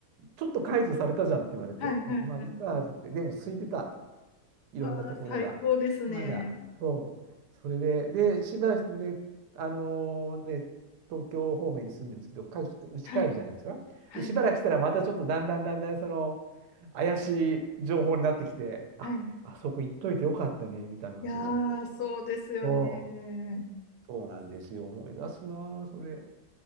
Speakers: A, on the right; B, on the left.
A: ちょっと解除されたじゃんって言われて、
B: はい、はい、
A: うん、まあ、
B: はい。
A: いいかって言って、でも空いてた。いろんなところが。
B: ああ、最高ですね。
A: まだ、そう。それで、で、しばらくね、あのね、東京方面に住んでるんですけど、かうち帰るじゃないですか。
B: はい、はい、
A: で、しばらくしたらまたちょっとだんだんだんだんその、怪しい情報になってきて、あ、
B: はい。
A: あそこ行っといてよかったね、みたいな話になって。
B: いやー、そうですよね。
A: そう。そうなんですよ。思い出すなあ、それ。